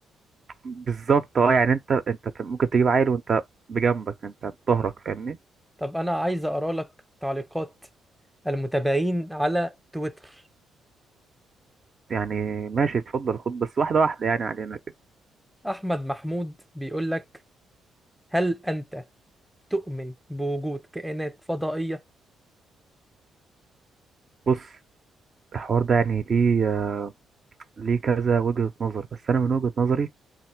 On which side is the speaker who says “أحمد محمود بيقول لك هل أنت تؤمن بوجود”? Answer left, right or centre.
Centre